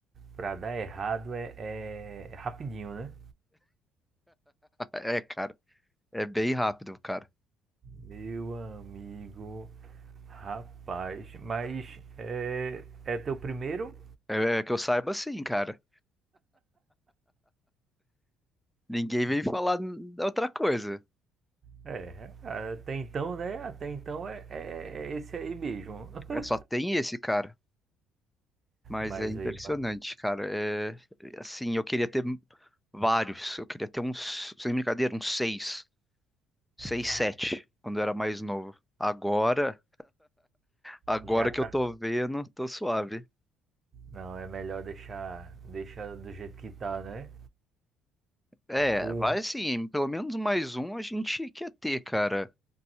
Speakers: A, on the right; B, in the centre.
A: pra dar errado é, é rapidinho, né?
B: É, cara. É bem rápido, cara.
A: Meu amigo, rapaz, mas é, é teu primeiro?
B: É, é que eu saiba assim, cara. Ninguém vem falar n- outra coisa.
A: É, até então, né? Até então é, é, é esse aí mesmo. <laughs>
B: É, só tem esse, cara. Mas
A: Mas
B: é impressionante,
A: aí, mas,
B: cara. É, assim, eu queria ter vários. Eu queria ter uns, sem brincadeira, uns seis. Seis,
A: cara,
B: sete, quando eu era mais novo. Agora, agora
A: já tá.
B: que eu tô vendo, tô suave.
A: Não, é melhor deixar, deixar do jeito que tá, né?
B: É,
A: O,
B: vai sim, pelo menos mais um a gente quer ter, cara.